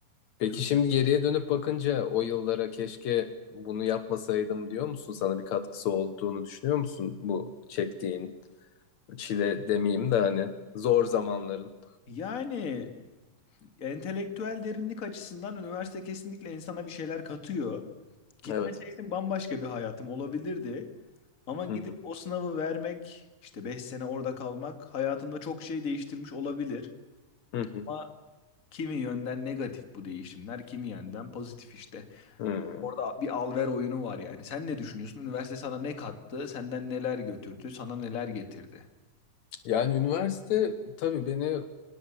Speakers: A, on the left (about 70°); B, on the left (about 30°).
A: Peki
B: kültür.
A: şimdi geriye dönüp bakınca o yıllara keşke bunu yapmasaydım diyor musun? Sana bir katkısı olduğunu düşünüyor musun bu çektiğin çile demeyeyim de hani zor zamanların.
B: Yani entelektüel derinlik açısından üniversite kesinlikle insana bir şeyler katıyor. Gitmeseydim
A: Evet.
B: bambaşka bir hayatım olabilirdi. Ama gidip
A: Hı hı.
B: o sınavı vermek, işte 5 sene orada kalmak hayatımda çok şey değiştirmiş olabilir.
A: Hı hı.
B: Ama kimi yönden negatif bu değişimler, kimi yönden pozitif işte.
A: Hı.
B: Orada bir al-ver oyunu var yani. Sen ne düşünüyorsun? Üniversite sana ne kattı? Senden neler götürdü? Sana neler getirdi?
A: Yani üniversite tabii beni